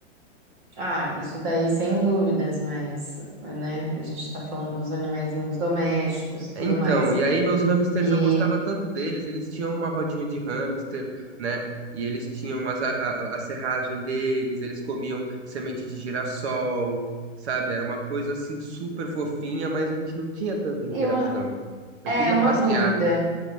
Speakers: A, on the right; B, on the right.
A: Ah, isso daí sem dúvidas, mas, né, a gente tá falando dos animaizinhos domésticos e tudo
B: Então,
A: mais.
B: e aí meus hamsters,
A: E,
B: eu gostava tanto deles, eles tinham uma rodinha de hamster, né? E eles tinham umas, a, a, a serragem deles, eles comiam semente de girassol, sabe? Era uma coisa assim super fofinha, mas a gente não tinha tanta interação.
A: e uma,
B: Eu
A: é
B: queria
A: uma
B: passear,
A: dúvida,